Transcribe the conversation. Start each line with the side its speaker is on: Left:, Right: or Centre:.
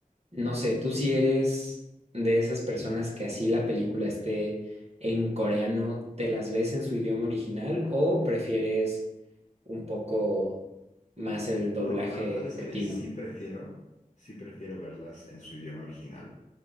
Right: No sé, tú si eres de esas personas que así la película esté en coreano, ¿te las ves en su idioma original o prefieres un poco más el doblaje
Left: No, la verdad es
Right: latino?
Left: que sí prefiero, sí prefiero verlas en su idioma original.